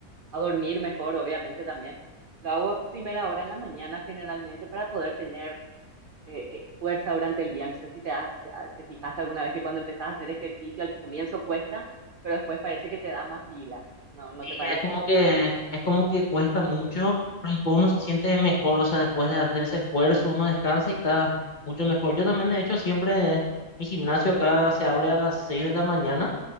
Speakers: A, on the right; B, on the left.
A: a dormir mejor, obviamente también. Lo hago a primera hora en la mañana generalmente para poder tener eh, eh, fuerza durante el día. No sé si te, ha- te, ha- te fijaste alguna vez que cuando empezás a hacer ejercicio al comienzo cuesta, pero después parece que te da más pila, ¿no? ¿No
B: Y
A: te parece?
B: es como que, es como que cuesta mucho, pero después uno se siente mejor, o sea, después de hacer ese esfuerzo, uno descansa y está mucho mejor. Yo también, de hecho, siempre, mi gimnasio acá se abre a las 6 de la mañana